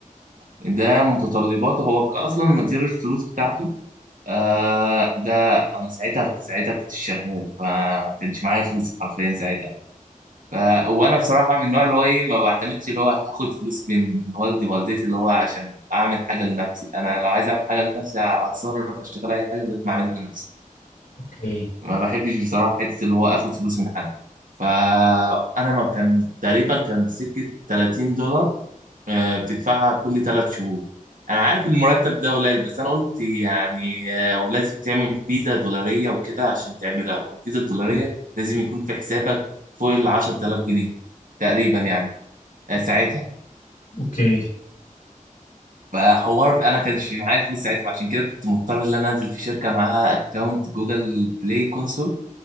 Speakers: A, on the right; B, on the left.
A: ده متطلباته هو اصلا من غير الفلوس بتاعته آه ده انا ساعتها ساعتها كنت شغال فما كانش معايا فلوس حرفيا ساعتها ف وانا بصراحه من النوع اللي هو ايه ما بعتمدش اللي هو هاخد فلوس من والدي والدتي اللي هو عشان اعمل حاجه لنفسي انا لو عايز اعمل حاجه لنفسي هتصرف اشتغل اي حاجه بقيت ما اعملها لنفسي
B: اوكي
A: ما بحبش بصراحة حتة اللي هو اخد فلوس من حد فانا ما كان تقريبا كان سكة 30 دولار آه، بتدفعها كل ثلاث شهور انا عارف المرتب ده قليل بس انا قلت يعني آه، ولازم تعمل فيزا دولارية وكده عشان تعملها والفيزا الدولارية
B: مم.
A: لازم يكون في حسابك فوق ال 10000 جنيه تقريبا يعني آه، ساعتها
B: اوكي
A: فحوار انا كانش معايا فلوس ساعتها عشان كده كنت مضطر ان انا انزل في شركة معاها اكونت جوجل بلاي كونسول